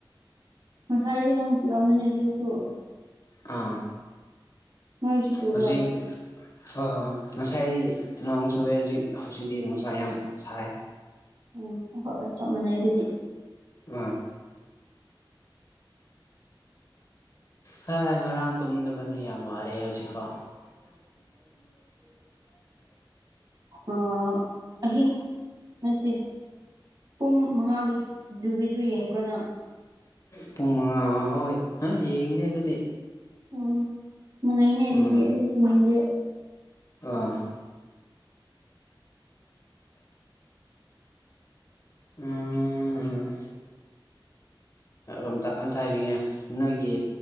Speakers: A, on the right (about 55°); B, on the left (about 40°).
A: ꯉꯁꯥꯏꯗꯤ ꯅꯣꯡ ꯆꯨꯔꯃꯅꯦ ꯑꯩꯈꫭꯏꯁꯨ
B: ꯑꯥ
A: ꯅꯣꯏꯁꯨ ꯆꯨꯕ꯭ꯔꯥ
B: ꯍꯧꯖꯤꯛ ꯑ ꯉꯁꯥꯏꯗꯤ ꯅꯣꯡ ꯆꯨꯨꯔꯦ ꯍꯧꯖꯤꯛ ꯍꯧꯖꯤꯛꯇꯤ ꯅꯨꯡꯁꯥ ꯌꯥꯝ ꯁꯥꯏ
A: ꯎꯝ ꯑꯈꯥꯏꯒ ꯆꯞ ꯃꯥꯟꯅꯩ ꯑꯗꯨꯗꯤ
B: <unintelligible> ꯍ ꯉꯔꯥꯡ ꯇꯨꯝꯗꯕꯅ ꯌꯥꯝ ꯋꯥꯔꯦꯑꯦ ꯍꯧꯖꯤꯛꯐꯥꯎ <unintelligible>
A: ꯑ ꯅꯠꯇꯦ ꯄꯨꯡ ꯃꯉꯥꯗꯨꯗꯨꯒꯤꯁꯨ ꯌꯦꯡꯕ꯭ꯔꯣꯅ
B: ꯄꯨꯡ ꯃꯉꯥ ꯍꯧꯋꯏ ꯍꯥ ꯌꯦꯡꯗꯦ ꯑꯗꯨꯗꯤ
A: ꯎꯝ ꯃꯅꯅꯦ ꯑꯗꯨꯗꯤ
B: ꯎꯝ
A: ꯑꯩꯗꯤ ꯇꯨꯝꯅꯤꯡꯗꯦ
B: <unintelligible> <unintelligible>
A: <inaudible>
B: ꯣꯝꯇ ꯑꯝꯇ ꯍꯥꯏꯕꯤꯉꯦ ꯅꯣꯏꯒꯤ